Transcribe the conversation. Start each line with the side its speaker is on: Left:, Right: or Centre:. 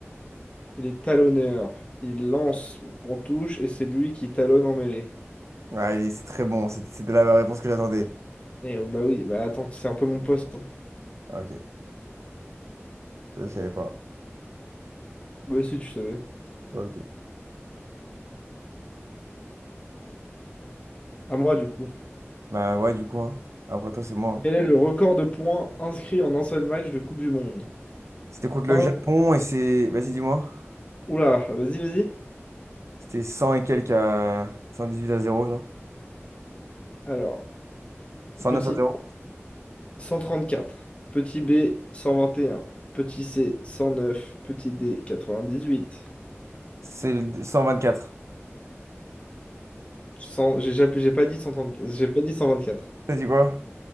Left: Il est talonneur. Il lance en touche et c'est lui qui talonne en mêlée.
Right: Ouais, il est- c'est très bon. C'était c'était la réponse que j'attendais.
Left: Eh oh, bah oui, bah attends, c'est un peu mon poste. hein.
Right: Ah, Ok, je savais pas.
Left: Bah aussi, tu savais.
Right: Ok.
Left: À moi, du coup.
Right: Bah ouais, du coup. hein. Après toi, c'est moi.
Left: Quel
Right: hein.
Left: est le record de points inscrits en un seul match de Coupe du Monde?
Right: C'était contre
Left: Un.
Right: le Japon et c'est... Vas-y, dis-moi.
Left: Oula, vas-y, vas-y.
Right: C'était 100 et quelques à... huit à 0, genre.
Left: Alors,
Right: cent
Left: petit
Right: neuf à zéro.
Left: 134, petit B 121, petit C 109, petit D 98.
Right: C'est le- quatre
Left: 100 J'ai jamais- j'ai pas dit 134, j'ai pas dit 124.
Right: T'as dit quoi?